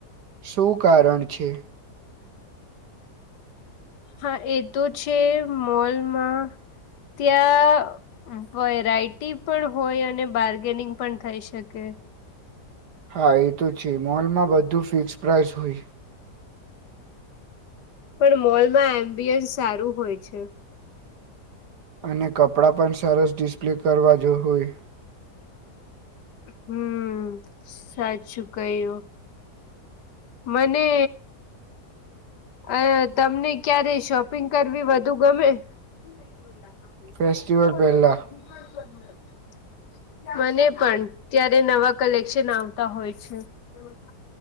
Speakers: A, on the right; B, on the left.
A: શું કારણ છે.
B: હા એ તો છે, મોલમાં ત્યાં વેરાયટી પણ હોય, અને બાર્ગેનિંગ પણ થઈ શકે
A: હા એ તો છે, મોલમાં બધું ફિક્સ પ્રાઇસ હોય.
B: પણ મોલમાં એમ્બિયન્સ સારું હોય છે.
A: અને કપડાં પણ સરસ ડિસ્પ્લે કરવા જો હોય.
B: હમ સાચું કું મને અ તમને ક્યારે શોપિંગ કરવી વધુ ગમે? <inaudible>
A: ફેસ્ટિવલ પહેલા
B: મને પણ ત્યારે નવા કલેક્શન આવતા હોય છે. તેમાં ક